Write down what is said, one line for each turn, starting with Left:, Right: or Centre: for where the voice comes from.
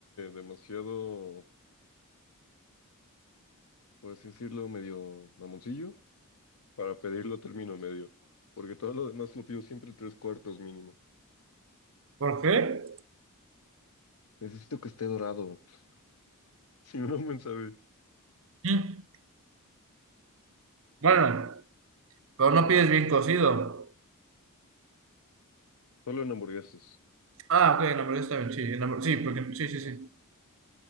Left: demasiado, por así decirlo, medio mamoncillo. para pedirlo término medio, porque todo lo demás lo pido siempre tres cuartos mínimo.
Right: ¿por qué?
Left: Necesito que esté dorado, <laughs> si no, no me sabe.
Right: Mm, Bueno, pero no pides bien cocido.
Left: Solo en hamburguesas.
Right: Ah, ok, en la hamburguesa está bien, sí, en la hamburg- sí, porque, sí, sí, sí.